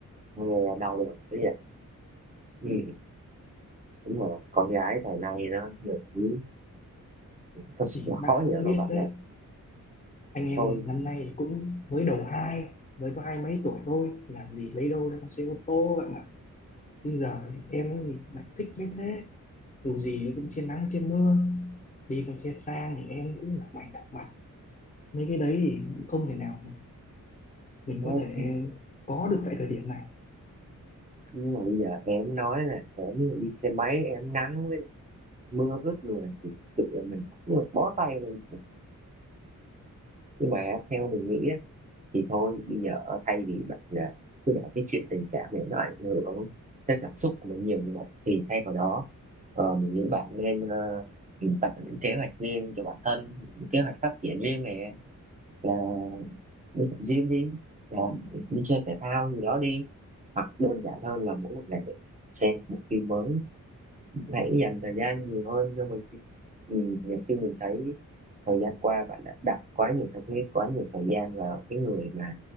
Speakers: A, on the right (about 25°); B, on the left (about 25°).
A: nghe đau lòng cái gì ừ, đúng rồi con gái thời nay nó nhiều thứ thật sự
B: thì
A: là
B: bạn
A: khó hiểu
B: cũng
A: lắm
B: biết
A: bạn
B: đấy
A: này
B: anh em
A: thôi
B: mình năm nay cũng mới đầu hai mới có hai mấy tuổi thôi làm gì lấy đâu ra con xe ô tô bạn ạ bây giờ em ấy thì lại thích như thế dù gì nó cũng trên nắng trên mưa đi con xe sang thì em cũng là mày đặc mặt mấy cái đấy thì không thể nào mà mình
A: nhé
B: có thể
A: chứ
B: có được tại thời điểm này
A: nhưng mà bây giờ em nói là em đi xe máy em nắng với lại mưa ướt người thì thực sự là mình cũng là bó tay rồi. nhưng mà theo mình nghĩ á, thì thôi bây giờ thay vì bạn là cứ để cái chuyện tình cảm này nó ảnh hưởng tới cảm xúc của mình nhiều như vậy thì thay vào đó ờ, mình nghĩ bạn nên ờ, tạo những kế hoạch riêng cho bản thân những kế hoạch phát triển riêng này là đi tập gym đi làm đi chơi thể thao gì đó đi hoặc đơn giản hơn là mỗi một ngày xem một phim mới hãy dành thời gian nhiều hơn cho mình ừ, nhiều khi mình thấy thời gian qua bạn đã đặt quá nhiều tâm huyết quá nhiều thời gian vào cái người mà